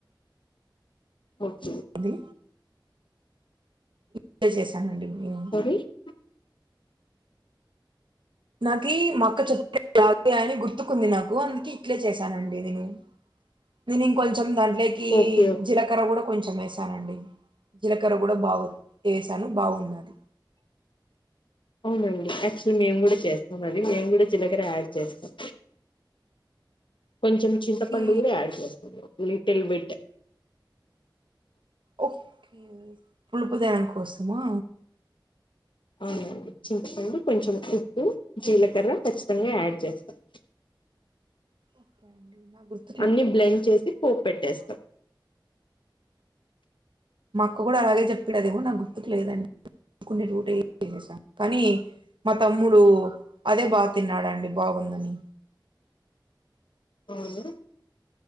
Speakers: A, on the left; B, on the right.
A: ఒకే
B: అది <unintelligible> చేశానండి మేము
A: ది
B: నాకీ మ అక్క చెప్పినట్టు గాదు గాని గుర్తుకుంది నాకు అందుకె ఇట్లే చేశానండి నేను నేను ఇంకొంచెం దాంట్లకి
A: ఓకే ఓకే
B: జీలకర్ర కూడా కొంచెం వేసు తనండి జీలకర్ర కూడా బాగు వేసాను బాగుంది
A: అవునండి యాక్చువల్లీ నేను గూడా చేస్తాం అది మేము గూడా జీలకర్ర యాడ్ చేస్తాం కొంచెం చింతపండు
B: ఓకే
A: గూడా యాడ్ చేస్తాం లిటిల్ బిట్
B: ఒకే పులుపుదనం కోసమా
A: అవునండి చింతపండు కొంచెం ఉప్పు జీలకర్ర ఖచ్చితంగా
B: ఓకే
A: యాడ్ చేస్తాను
B: ఒకే అండి నాగు -
A: అన్ని బ్లెండ్ చేసి పోప్ పెట్టేస్తాం
B: మా అక్క గూడా అలాగే చెప్పిడదేమో నాక్ గుర్తుకు లేదు <unintelligible> చేసం కానీ మా తమ్ముడు అదే బా తిన్నాడండి బాగుందని
A: అవునా